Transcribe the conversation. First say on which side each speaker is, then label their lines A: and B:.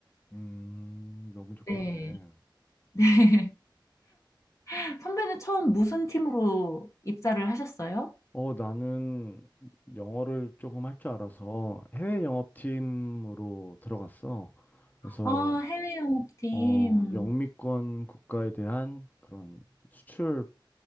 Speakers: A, on the left; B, on the left.
A: 음, 너무 좋겠네.
B: 네. 네. <laughs> 선배는 처음 무슨 팀으로 입사를 하셨어요?
A: 어, 나는 영어를 조금 할 줄 알아서 해외 영업팀으로 들어갔어. 그래서,
B: 아, 해외 영업팀.
A: 어, 영미권 국가에 대한 그런 수출